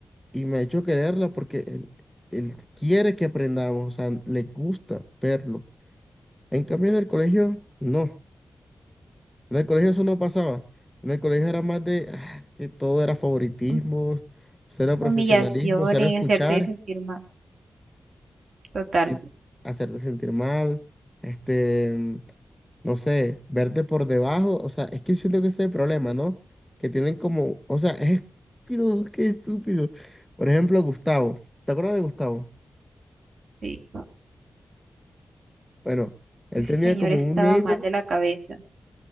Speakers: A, in the centre; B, on the right.
A: y me ha hecho quererla porque él, él quiere que aprendamos, o sea, le gusta verlo, en cambio en el colegio, no. En el colegio eso no pasaba. En el colegio era más de ah, que todo era favoritismo,
B: hum-
A: cero profesionalismo,
B: humillaciones,
A: cero escuchar,
B: hacerte sentir mal. Total,
A: sí, hacerte sentir mal, este, no sé, verte por debajo. O sea, es que siento que ese es el problema, ¿no? Que tienen como, o sea, es estúpido, qué estúpido. Por ejemplo, Gustavo. ¿Te acuerdas de Gustavo?
B: sí.
A: Bueno, él
B: Ese
A: tenía
B: señor
A: como
B: estaba
A: un ego
B: mal de la cabeza.